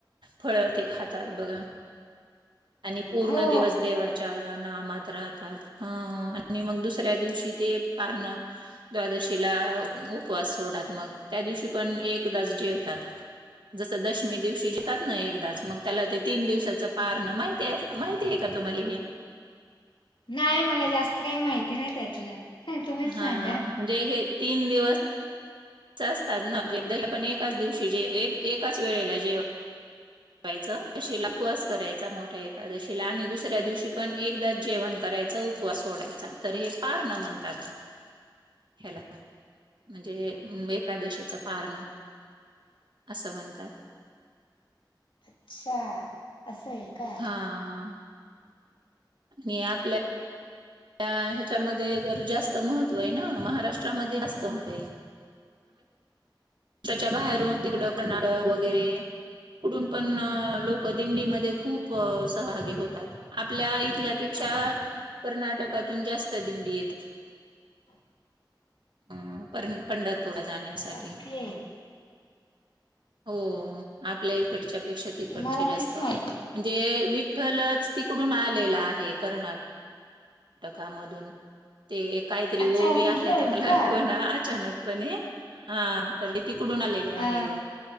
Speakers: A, on the right; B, on the left.
A: फळ ते खातात बघा. आणि पूर्ण
B: हो
A: दिवस देवा च्या नामात राहतात. ह, आणि मग दुसऱ्या दिवशी ते पारण द्वादशीला उपवास सोडात. मग त्या दिवशी पण, एकदाच जेवतात. जसं, दशमी दिवशी जीतात ना एकदाच. मग त्याला ते तीन दिवसाच पार न. माहिती अस, माहितेय का, तुम्हाली हे?
B: नाही. मला जास्त काय माहिती नाही, त्यातलं. तुम्हीच
A: हा.
B: सांगा
A: म्हणजे हे तीन दिवस असतात ना. द आपण एकाच दिवशीे, एकाच वेळेला जेव जेवायचं. शीला ऊपवास करायचा, मोठ्या एकादशीला आणि दुसऱ्या दिवशी पण एकदाच जेवण करायचं. उप वास सोडायचा. तर हे पारन म्हणतात.
B: <inaudible>
A: ह्याला. म्हणजे एकादशीचं पारणं असं म्हणतात.
B: अच्छा. असंय का?
A: हा. आ. मी आपल्या त्या ह्याच्यामध्ये तर जास्त महत्त्वय ना. महाराष्ट्रामध्ये जास्त महतय. च्या बाहेरुन तिकडं, कर्नाटक वगैरे. कडून पण लोकं दिंडीमध्ये खूप, सहभागी होतात. आपल्या इथल्यापेक्षा, कर्नाटकातून जास्त दिंडी येत.
B: <inaudible>
A: ह परं - पंढरपूर जाण्यासाठी.
B: ओके
A: हो. आपल्या इकडच्या पेक्षा तिकडचे
B: तुम्हाला
A: जास्त-
B: बरीच माहिती
A: म्हणजे
B: आहे.
A: विठ्ठलच तिकडून आलेला आहे. कर्नाट कर्नाटकामधून. ते काहीतरी ओवी
B: अच्छा
A: आहे.
B: तिथलं
A: आता
B: आहेत
A: मला
B: का
A: आठव ना अचानकपणे. हा. तर ते तिकडून आलेले
B: हा
A: आहेत.